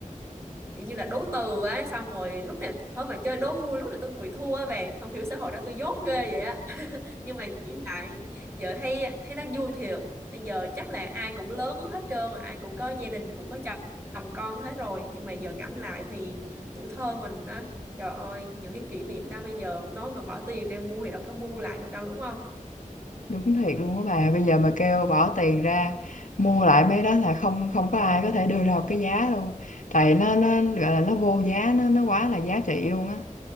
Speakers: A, on the right; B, on the left.
A: kiểu như là đố từ á xong rồi lúc nào thôi mà chơi đố vui lúc nào tôi cũng bị thua á bạn không hiểu xã hội đó tôi dốt ghê vậy á <laughs> nhưng mà nghĩ lại giờ thấy thấy nó vui thiệt bây giờ chắc là ai cũng lớn hết trơn rồi ai cũng có gia đình cũng có chồng con hết rồi nhưng mà giờ ngẫm lại thì tuổi thơ mình á trời ơi những cái kỷ niệm đó bây giờ nói mà bỏ tiền ra mua thì đâu có mua lại được đâu đúng không
B: Đúng thiệt luôn á bà. Bây giờ mà kêu bỏ tiền ra mua lại mấy đó là không không có ai có thể đưa ra một cái giá luôn. Tại nó nó gọi là nó vô giá, nó nó quá là giá trị luôn á.